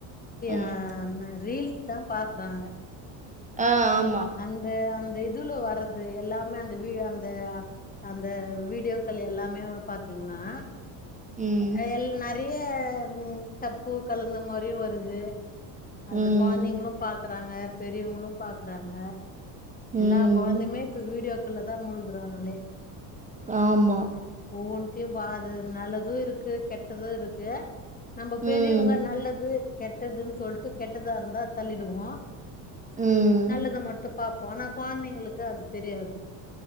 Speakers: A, on the right (about 15°); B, on the left (about 20°).
A: ம்
B: ஆஹ் ரீல்ஸ் தான் பாக்குறாங்க
A: ஆஹ் ஆமா
B: அந்த அந்த இதுல வர்றது எல்லாமே அந்த வீ அந்த அந்த வீடியோக்கள் எல்லாமே பாத்தீங்கன்னா
A: ம்
B: ஆஹ்‌ நெறைய தப்பு கலந்த மாதிரியும் வருது அந்த
A: ம்
B: கொழந்தைங்களும் பாக்குறாங்க பெரியவங்களும் பாக்குறாங்க
A: ம்
B: எல்லா கொழந்தையுமே இப்ப வீடியோக்கல்ல தான் மூழ்குறாங்களே
A: ஆமா
B: ஒவ்வொன்னுத்தையும் பாரு நல்லதும் இருக்கு கெட்டதும் இருக்கு நம்ம பெரியவங்க
A: ம்
B: நல்லது கெட்டதுன்னு சொல்லிட்டு கெட்டதா இருந்தா தள்ளிடுவோம்
A: ம்
B: நல்லது மட்டும் பாப்போம் ஆனா கொழந்தைங்களுக்கு அது தெரியாது